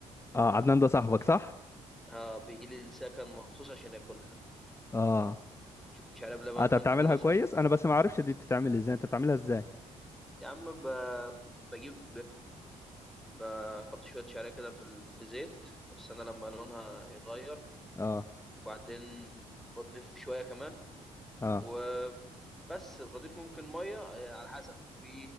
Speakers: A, on the left; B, in the centre.
A: اه عدنان ده صاحبك
B: الش-
A: صح
B: اه بيجي لي السكن مخصوص عشان ياكلها
A: اه
B: شعريه بلبن
A: آه، انت بتعملها
B: ممكن مثلا
A: كويس انا بس ما اعرفش دي بتتعمل ازاي انت بتعملها ازاي
B: يا عم ب... بجيب بحط شوية شعرية كده في ال- في زيت واستنى لما لونها يتغير
A: اه
B: وبعدين بضيف شوية كمان
A: اه
B: وبس بضيف ممكن مية آه، على حسب في